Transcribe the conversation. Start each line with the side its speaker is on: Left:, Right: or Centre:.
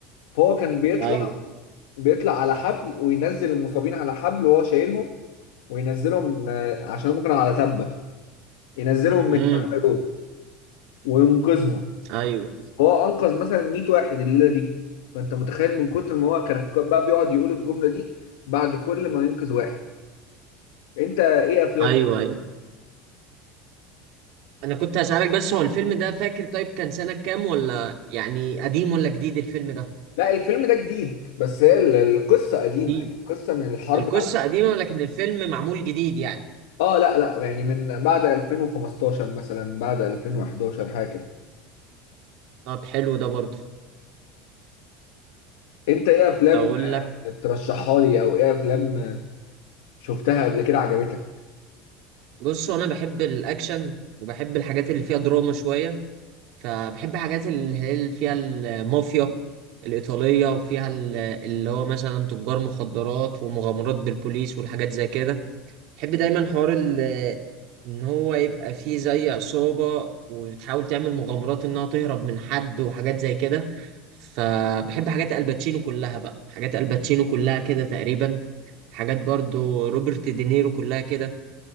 Left: فهو كان بيطلع
Right: ايوه
Left: بيطلع على حبل وينزل المصابين على حبل وهو شايلهم وينزلهم آه، عشان هم كانوا على تبه ينزلهم
Right: امم
Left: من التبه دول وينقذهم
Right: ايوه
Left: هو انقذ مثلا 100 واحد الليله دي فانت متخيل من كتر ما هو كان بقى بيقعد يقول الجمله دي بعد كل ما ينقذ واحد انت ايه افلام
Right: ايوه ايوه انا كنت هسألك بس هو الفيلم ده فاكر طيب كان سنه كام ولا يعني قديم ولا جديد الفيلم ده
Left: لا الفيلم ده جديد بس هي ال- القصة قديمة
Right: جديد
Left: يعني القصة من الحرب
Right: القصة
Left: على
Right: قديمة لكن الفيلم معمول جديد يعني
Left: اه لا لا يعني من بعد 2015 مثلا بعد 2011 حاجة كده
Right: طب حلو ده برضه
Left: انت ايه افلام
Right: أقول لك
Left: ترشحها لي او ايه افلام شفتها قبل كده عجبتك
Right: بص هو أنا بحب الأكشن وبحب الحاجات اللي فيها دراما شوية فبحب حاجات اللي هي اللي فيها المافيا الإيطالية وفيها ال- اللي هو مثلا تجار مخدرات ومغامرات بالبوليس والحاجات زي كده بحب دايما حوار ال ان هو يبقى فيه زي عصابة وبتحاول تعمل مغامرات انها تهرب من حد وحاجات زي كده فبحب حاجات الباتشينو كلها بقى حاجات الباتشينو كلها كده تقريبا حاجات برضو روبرت دينيرو كلها كده